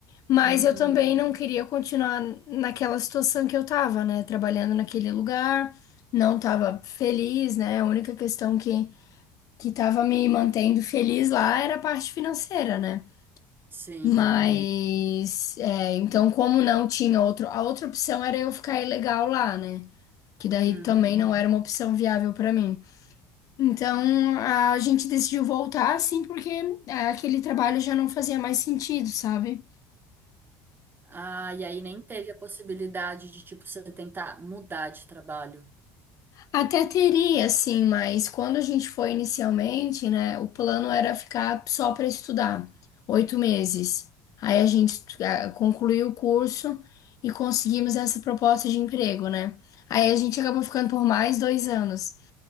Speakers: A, on the left; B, on the right.
A: Mas
B: Uhum,
A: eu também não queria continuar naquela situação que eu tava, né? Trabalhando naquele lugar, não tava feliz, né? A única questão que, que tava me mantendo feliz lá era a parte financeira, né?
B: sim.
A: Mas, é, então, como não tinha outro, a outra opção era eu ficar ilegal lá, né? Que daí
B: Uhum.
A: também não era uma opção viável para mim. Então, a gente decidiu voltar, assim, porque é, aquele trabalho já não fazia mais sentido, sabe?
B: Ah, e aí nem teve a possibilidade de, tipo, você tentar mudar de trabalho.
A: Até teria, assim, mas quando a gente foi inicialmente, né, o plano era ficar só para estudar, oito meses. Aí a gente ah, concluiu o curso e conseguimos essa proposta de emprego, né? Aí a gente acabou ficando por mais dois anos.